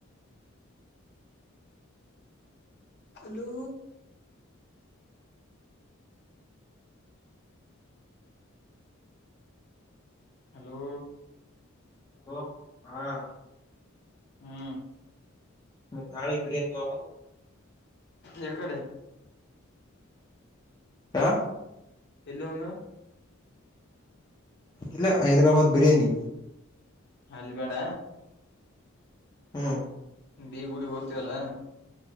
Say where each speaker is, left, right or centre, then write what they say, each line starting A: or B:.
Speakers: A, on the left; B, on the left.
A: ಅಲೂ ಹಲೋ
B: ಹೋ ಹಾ <inaudible>
A: ಹ್ಮ್
B: ಮತ್ ನಾಳಿಗ್ ಬಿರಿಯಾನಿಗ್ ಹೋಗಮಲಾ
A: ಎ ಕಡೆ
B: ಹ
A: ಎಲ್ಲ ಅಂಗ
B: ಇಲ್ಲ ಹೈದ್ರಾಬಾದ್ ಬಿರಿಯಾನಿ
A: ಅಲ್ ಬೇಡ
B: ಹ್ಮ್
A: ಬೀಗುಡಿ ಹತ ಅಲ್ಲಾ